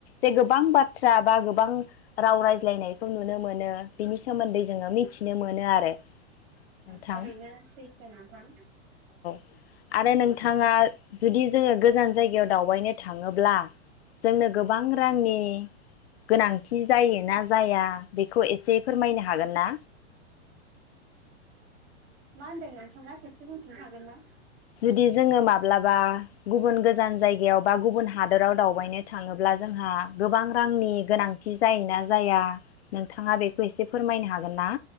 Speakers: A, on the left; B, on the right.
A: जे गोबां बाथ्रा बा गोबां राव रायज्लायनायखौ नुनो मोनो बेनि सोमोनदै मिथिनो मोनो आरो नोंथां
B: थारैनो सैथो नोंथां
A: आरो नों नोंथांङा जुदि जोङो गोजान जायगायाव दावबायनो थाङोब्ला जोंनो गोबां रांनि गोंनांथि जायो ना जाया बेखौ एसे फोरमायनो हागोना
B: मा होनदों नोंथाङा खेबसे बुंफिननो हागोन ना
A: जुदि जोङो माब्लाबा गुबुन गोजान जायगायाव बा गुबुन हादराव दावबायनो थाङोब्ला जोंहा गोबां रांनि गोनांथि जायोना जाया नोंथाङा बेखौ एसे फोरमायनो हागोन ना